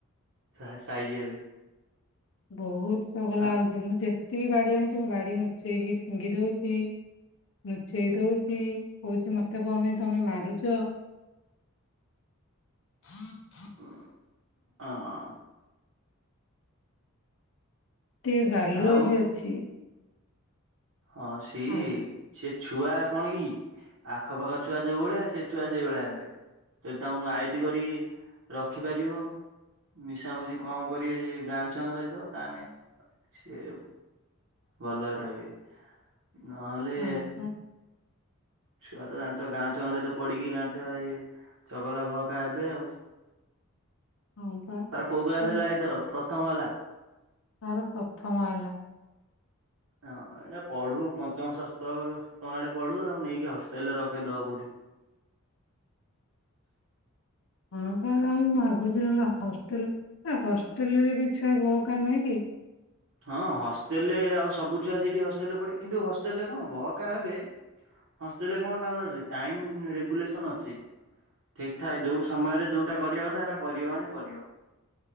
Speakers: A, on the right (about 70°); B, on the left (about 60°).
A: ସାଇଜି ହେବେ।
B: ବହୁତ ଚଗଲା
A: ତା
B: ହଉଛି ମୁଁ ଯେତିକି ବାଡି ଆଣୁଛି ମ ବାଡି ଲୁଚେଇକି ଫିଙ୍ଗି ଦଉଛି। ନୁଚେଇ ଦଉଛି କହୁଛି ମତେ କପାଇଁ ତମେ ମାରୁଛ। ହଁ।
A: ହୁଁ ହଁ।
B: ଟିକେ ଗାଲୁଆ
A: ଆଉ
B: ବି ଅଛି।
A: ହଁ ସେ
B: ଆ
A: ସେ ଛୁଆ କଣ କି ଆଖପାଖ ଛୁଆ ଯୋଉ ଭଳିଆ ସେ ଛୁଆ ସେଇ ଭଳିଆ ହେବେ। ଯଦି ତାଙ୍କୁ ଆଇତି କରି ରଖିପାରିବ। ମିଶାମୁଶି କମ କରିବେ ଯେ ଗାଁ ଛୁଆଙ୍କ ସହିତ ତାହାନେ ସିଏ ଭଲରେ ରହିବେ ନହେଲେ
B: ହଁ ପା
A: ଛୁଆ ତ ଜାଣିଛ ଗାଁ ଛୁଆଙ୍କ ସହିତ ପଡିକି ଗାଁ ଛୁଆ ଇଏ ଚଗଲା ଭହକା ହେବେ ଆଉ।
B: ହଁ ପା
A: ତାର କୋଉ କ୍ଲାସ୍
B: ହୁଁ
A: ହେଲା ଏଇଥର ପ୍ରଥମ ହେଲା?
B: ତାର ପ୍ରଥମ ହେଲା।
A: ହଁ ଏଇଟା ପଢୁ ପଞ୍ଚମ ଷଷ୍ଠ ସପ୍ତମ ଆଡେ ପଢୁ ଆଉ ନେଇକି ହଷ୍ଟେଲ ରେ ରଖେଇଦବ କୋଉଠି।
B: ହଁ ବା ଆଉ ମୁଁ ଭାବୁଛି ନହଲେ ହଷ୍ଟେଲ ଏ ହଷ୍ଟେଲରେ ବି ଛୁଆ ବହକା ନୁହିଁକି।
A: ହଁ ହଷ୍ଟେଲ ରେ ଆଉ ସବୁ ଛୁଆ ସେଇଠି ହଷ୍ଟେଲରେ ପଢିବେ। କିନ୍ତୁ ହଷ୍ଟେଲ ରେ କଣ ବହକା ହେବେ ହଷ୍ଟେଲରେ କଣ ତାଙ୍କର ଟାଇମ ରେଗୁଲେସନ ଅଛି। ଠିକ୍ ଠାକ ଯୋଉ ସମୟରେ ଯୋଉଟା କରିବା କଥା। ହେଇଟା କରିବ ମାନେ କରିବ।